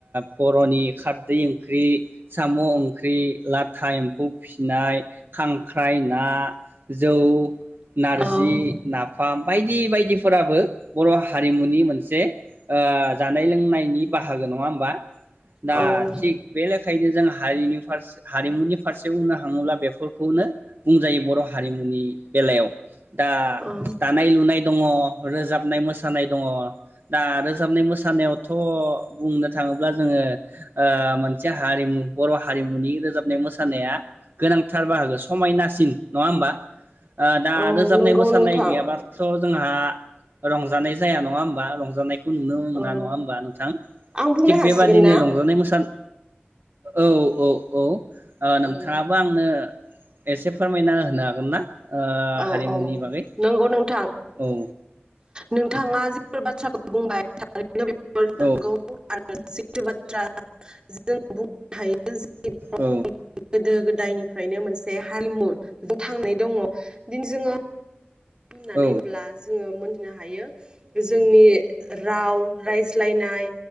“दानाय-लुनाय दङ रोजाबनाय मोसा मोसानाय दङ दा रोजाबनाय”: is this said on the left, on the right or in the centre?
Right